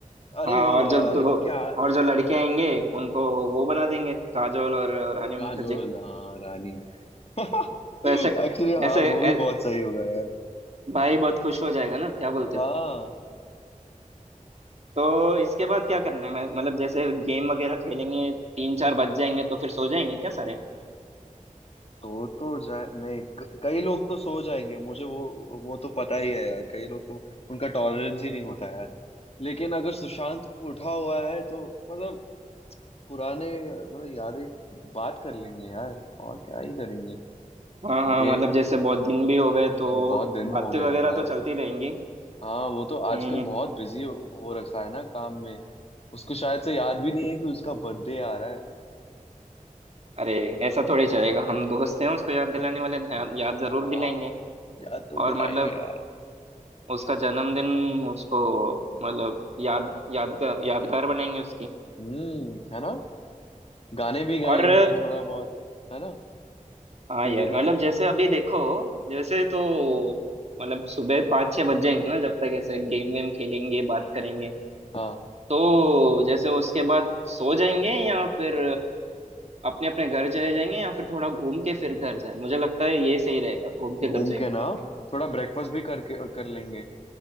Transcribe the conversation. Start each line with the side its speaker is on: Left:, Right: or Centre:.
Left: अरे
Right: हाँ
Left: वो
Right: और जो
Left: आ,
Right: दो
Left: क्या
Right: और जो लड़के आएंगे उनको वो बना देंगे काजोल और रानी
Left: काजोल
Right: मुखर्जी
Left: हाँ रानी <laughs> एक्चुअली
Right: तो ऐसे
Left: हाँ
Right: ऐसे
Left: वो
Right: ऐ-
Left: भी बहुत सही होगा यार
Right: भाई बहुत खुश हो जाएगा ना क्या बोलते
Left: हाँ
Right: हो तो इसके बाद क्या करना है मैं- मतलब जैसे गेम वगैरह खेलेंगे तीन चार बज जाएंगे तो फिर सो जाएंगे क्या सारे
Left: तो तो जाए नहीं क- कई लोग तो सो जाएंगे मुझे वो वो तो पता ही है यार कई लोग तो उनका टॉलरेंस ही नहीं होता यार लेकिन अगर सुशांत उठा हुआ है तो मतलब पुराने मतलब यादें बात कर लेंगे यार और क्या ही करेंगे
Right: हाँ हाँ
Left: ये
Right: मतलब जैसे बहुत दिन भी हो गए
Left: जी,
Right: तो
Left: बहुत दिन
Right: बातें
Left: हो गया
Right: वगैरह
Left: यार
Right: तो चलती रहेंगी
Left: हाँ वो तो आजकल
Right: हम्म
Left: बहुत बिजी हो, हो रखा है ना काम में उसको शायद से याद भी नहीं है कि उसका बर्थडे आ रहा है
Right: अरे ऐसा थोड़ी चलेगा हम दोस्त हैं उसको याद
Left: हाँ
Right: दिलाने वाले ध्यान- याद जरूर
Left: हाँ,
Right: दिलाएंगे
Left: याद तो दिलाएंगे
Right: और मतलब
Left: यार
Right: उसका जन्मदिन उसको मतलब याद याद यादगार बनाएंगे उसकी
Left: हम्म है ना गाने भी गाएंगे
Right: और
Left: थोड़ा बहुत है ना
Right: हाँ
Left: पूरी
Right: यार मतलब
Left: रात
Right: जैसे अभी देखो जैसे तो मतलब सुबह पाँच छः बज जाएंगे ना जब तक ऐसे गेम वेम खेलेंगे बात करेंगे
Left: हाँ
Right: तो जैसे उसके बाद सो जाएंगे या फिर अपने अपने घर चले जाएंगे या फिर थोड़ा घूम के फिर घर जाए मुझे लगता है ये सही रहेगा घूम के घर
Left: घूम
Right: जाएंगे
Left: के ना
Right: करके
Left: थोड़ा ब्रेकफास्ट भी करके कर लेंगे